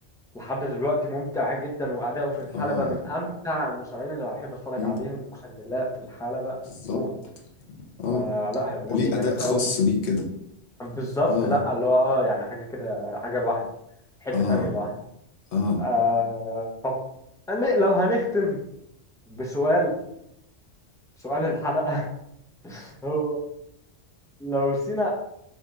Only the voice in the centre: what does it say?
لحد دلوقتي ممتع جدا واداؤه في الحلبه
من امتع المصارعين اللي بحب اتفرج
عليهم اقسم بالله في الحلبه
موت
فلا هيبقى ماتش
جامد
قوي
بالظبط
لا اللي هو اه اه يعني حاجة كده حاجة لوحده حتة
ثانية لوحده
آه طب أنا لو هنختم بسؤال سؤال الحلقة <laughs> هو لو سينا